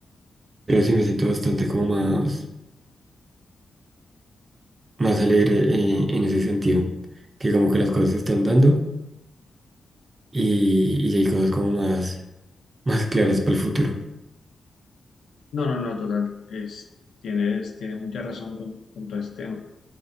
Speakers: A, on the right (about 35°); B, on the left (about 80°).
A: pero sí me siento bastante como más, más alegre eh, en ese sentido, que como que las cosas se están dando y, y ya hay cosas como más, más claras para el futuro.
B: No, no, no, total. Es, tienes, tiene mucha razón con, con todo este tema.